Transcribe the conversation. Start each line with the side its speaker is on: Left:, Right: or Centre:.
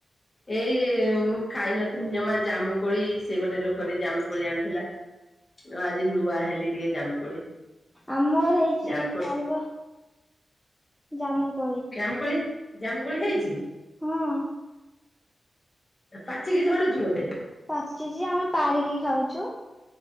Left: ଏଇ ସିଏ ଉଁ ଖାଇନଥିଲି ଜମା ଜାମୁ କୋଳି ସେ ଗୋଟେ ଲୋକ ଟିକେ ଜାମୁକୋଳି ଆଣିଥିଲା ଆଜି ନୂଆ ହେଲି ଟିକେ ଜାମୁକୋଳି।
Centre: ଆମର ହେଇଛି
Left: ଜାମୁକୋଳି
Centre: କହିବ, ଜାମୁ କୋ
Left: ଜାମୁକୋଳି ଜାମ <unintelligible> ହେଇଛି।
Centre: ହଁ।
Left: ପାଚିକି ଝଡୁଛି ବୋଧେ?
Centre: ପାଚିଛି ଆମେ ପାରିକି ଖାଉଛୁ।